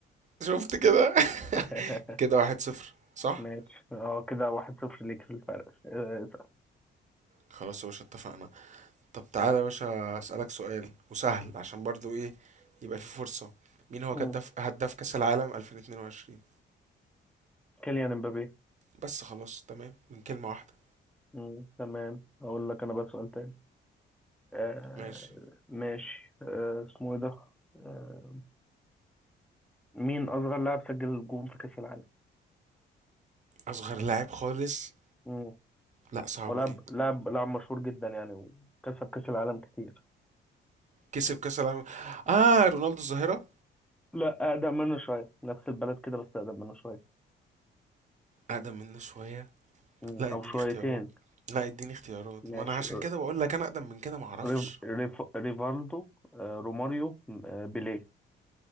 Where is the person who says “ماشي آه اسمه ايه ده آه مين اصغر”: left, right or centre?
Centre